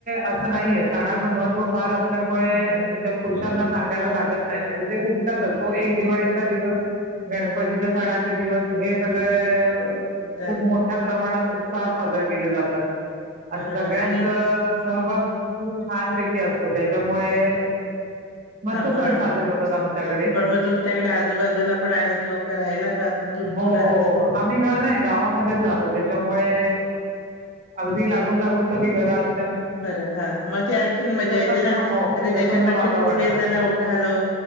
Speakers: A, on the right (about 40°); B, on the left (about 85°).
A: असं नाहीये सणाचं महत्त्व फार असल्यामुळे
B: हा
A: त्या पुरुषांना सांगायला लागत नाही म्हणजे ते उठतातच तो एक दिवाळीचा दिवस गणपतीच्या सणाचे दिवस हे सगळ
B: उठतात
A: खूप मो त्या प्रमाणात उत्साहात साजरे केले जातात.
B: बरोबर
A: अस सगळ्याच
B: आणि
A: सहभाग खूप छानपैकी असतो. त्याच्यामुळे मस्त
B: हा बरोबर.
A: सण साजरे होतात
B: मस्त
A: आमच्याकडे.
B: पण मग तुमच्याकडे आजूबाजूला पण आहेत लोक राहायला का अस दूर
A: हो,
B: दूर
A: हो,
B: राहतात.
A: हो. आम्ही का? नाही गावामध्येच राहतो त्याच्यामुळे अगदी लागून लागून सगळी घरात
B: बर हा मध्ये आणखीन मजा
A: प्रसन्न
B: येते ना,
A: हो
B: अरे
A: प्रसन्न
B: त्याच्याकडचे
A: वातावरण
B: उठले
A: असतं.
B: चला उठाल